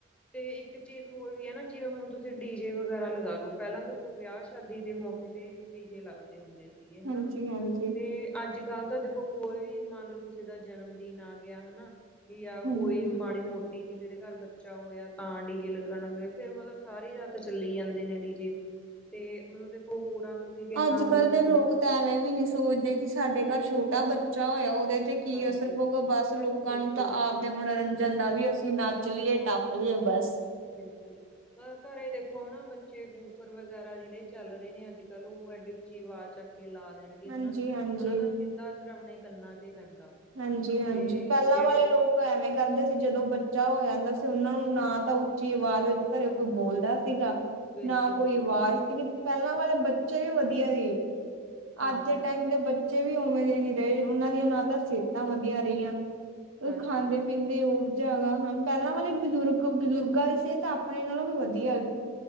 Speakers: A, in the centre; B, on the right.
A: ਤੇ ਇੱਕ ਚੀਜ਼ ਹੋਰ ਵੀ ਹੈ ਨਾ, ਜਿਵੇਂ ਹੁਣ ਤੁਸੀਂ ਡੀ ਜੇ ਵਗੈਰਾ ਲਗਾ ਲਓ, ਪਹਿਲਾਂ ਦੇਖੋ ਵਿਆਹ ਸ਼ਾਦੀ ਦੇ ਮੌਕੇ ਤੇ ਡੀਜੇ ਲੱਗਦੇ ਹੁੰਦੇ ਸੀਗੇ ਹਨਾ,
B: ਹਾਂਜੀ ਹਾਂਜੀ
A: ਤੇ ਅੱਜ -ਕੱਲ੍ਹ ਤਾਂ ਦੇਖੋ ਕੋਈ ਵੀ ਮੰਨ ਲਓ ਕਿਸੇ ਦਾ ਜਨਮ ਦਿਨ ਆ ਗਿਆ ਹਨਾ। ਟੀ ਆ,
B: ਹਾਂਜੀ
A: ਕੋਈ ਮਾੜੀ ਮੋ ਟੀ, ਕਿਸੇ ਦੇ ਘਰ ਬੱਚਾ ਹੋਇਆ ਤਾਂ ਡੀ ਜੇ ਲਗਨਗੇ, ਫਿਰ ਮਤਲਬ ਸਾਰੀ ਰਾਤ ਚੱਲੀ ਜਾਂਦੇ ਨੇ ਡੀਜੇ। ਤੇ ਮਤਲਬ ਦੇਖੋ ਹੋਰਾਂ ਨੂੰ ਵੀ ਕਿੰਨਾ
B: ਅੱਜ
A: ਮਤਲਬ
B: -ਕੱਲ
A: ਹੁੰਦਾ
B: ਦੇ ਲੋਕ ਤਾਂ ਐਵੇਂ ਵੀ ਨਹੀਂ ਸੋਚਦੇ ਕਿ ਸਾਡੇ ਘਰ ਛੋਟਾ ਬੱਚਾ ਹੋਇਆ ਉਹਦੇ ਤੇ ਕੀ
A: ਹਾਂਜੀ
B: ਅਸਰ ਪਊਗਾ, ਬਸ ਲੋਕਾਂ
A: ਬਿਲਕੁਲ
B: ਨੂੰ ਤਾਂ ਆਪ ਦੇ ਮਨੋਰੰਜਨ ਦਾ ਵੀ, ਅਸੀਂ ਨੱਚ ਲਈਏ, ਟੱਪ ਲਈਏ ਬਸ।
A: ਬਿਲਕੁਲ। ਘਰੇ ਦੇਖੋ ਹਨਾ, ਬੱਚੇ ਬੂਫਰ ਵਗੈਰਾ ਜਿਹੜੇ ਚੱਲ ਰਹੇ ਨੇ ਅੱਜ- ਕੱਲ, ਉਹ ਐਡੀ ਉੱਚੀ ਆਵਾਜ਼ ਚੱਕ ਕੇ ਲਾ ਦੇਣਗੇ
B: ਹਾਂਜੀ
A: ਹਨਾ,
B: ਹਾਂਜੀ
A: ਉਹਨਾਂ ਦਾ ਸਿੱਧਾ ਅਸਰ ਆਪਣੇ ਕੰਨਾਂ ਤੇ ਹੀ ਪੈਂਦਾ।
B: ਹਾਂਜੀ, ਹਾਂਜੀ
A: ਤੇ
B: ਪਹਿਲਾਂ
A: ਜਿਹੜੇ
B: ਵਾਲੇ ਲੋਕ ਐਵੇਂ ਕਰਦੇ ਸੀ, ਜਦੋਂ ਬੱਚਾ ਹੋ ਜਾਂਦਾ ਸੀ, ਉਹਨਾਂ ਨੂੰ ਨਾ ਤਾਂ ਉੱਚੀ ਆਵਾਜ਼ ਵਿੱਚ ਘਰੇ ਕੋਈ ਬੋਲਦਾ ਸੀਗਾ।
A: ਬਿਲਕੁਲ
B: ਨਾ ਕੋਈ
A: ਬਿਲਕੁਲ
B: ਆਵਾਜ਼ ਸੀ ਕ ਪਹਿਲਾਂ ਵਾਲੇ ਬੱਚੇ ਹੀ ਵਧੀਆ ਹੀ,
A: ਹਾਂਜੀ
B: ਅੱਜ ਦੇ
A: ਹਾਂਜੀ
B: ਟਾਈਮ ਦੇ ਬੱ ਚੇ ਵੀ ਉਵੇਂ ਦੇ ਨੀ ਰਹੇ, ਉਹਨਾਂ ਦੀਆਂ ਨਾ ਤਾਂ ਸਿਹਤਾਂ ਵਧੀਆ ਰਹੀਆਂ। ਉਹ
A: ਹਾਂਜੀ
B: ਖਾਂਦੇ
A: ਹਾਂਜੀ
B: ਪੀਂਦੇ ਓ। ਹੈਗਾ ਹਾਂ, ਪਹਿਲਾਂ ਵਾਲੇ ਬਜ਼ੁਰਗ, ਬਜ਼ੁਰਗਾਂ ਦੀ ਸਿਹਤ ਆਪਣੇ ਨਾਲੋਂ ਵੀ ਵਧੀਆ ਹੈਗੀ।